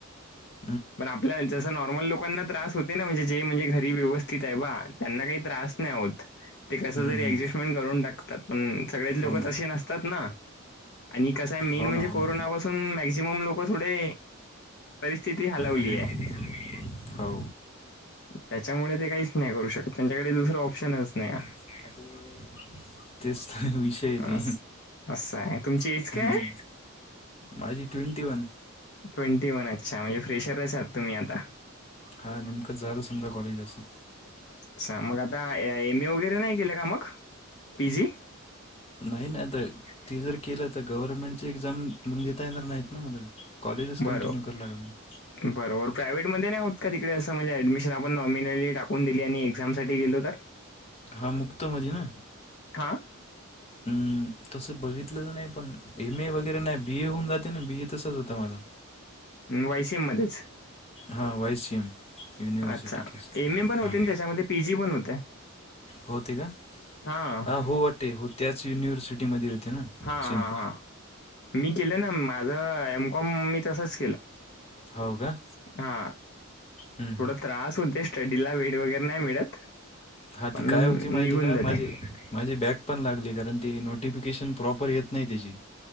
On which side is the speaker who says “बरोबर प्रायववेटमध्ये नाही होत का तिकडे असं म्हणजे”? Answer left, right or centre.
Left